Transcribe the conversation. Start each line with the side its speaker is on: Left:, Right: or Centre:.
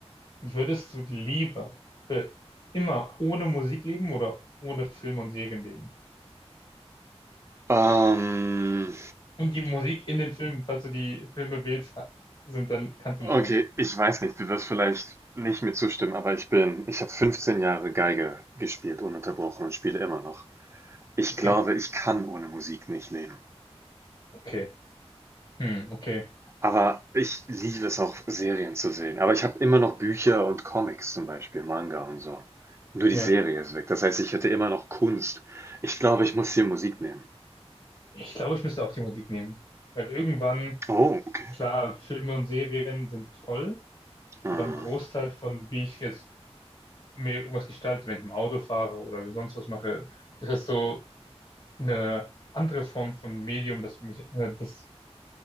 Left: Würdest du lieber für immer ohne Musik leben oder ohne Filme und Serien leben?
Right: Ähm,
Left: Und die Musik in den Filmen, falls du die Filme wählst, ha- sind, dann kannst du
Right: okay,
Left: nicht hören.
Right: ich weiß nicht, du wirst vielleicht nicht mir zustimmen, aber ich bin, ich habe 15 Jahre Geige gespielt, ununterbrochen und spiele immer noch. Ich
Left: Okay.
Right: glaube, ich kann ohne Musik nicht leben.
Left: Okay. Hm, okay.
Right: Aber ich liebe es auch, Serien zu sehen. Aber ich habe immer noch Bücher und Comics zum Beispiel, Manga und so. Nur die
Left: Ja.
Right: Serie ist weg. Das heißt, ich hätte immer noch Kunst. Ich glaube, ich muss hier Musik nehmen.
Left: Ich glaube, ich müsste auch die Musik nehmen. Weil irgendwann,
Right: Oh, okay.
Left: klar, Filme und Serien sind toll,
Right: Hm.
Left: aber ein Großteil von, wie ich jetzt mir irgendwas gestalte, wenn ich im Auto fahre oder sonst was mache, ist es so, eine andere Form von Medium, das mich, äh, das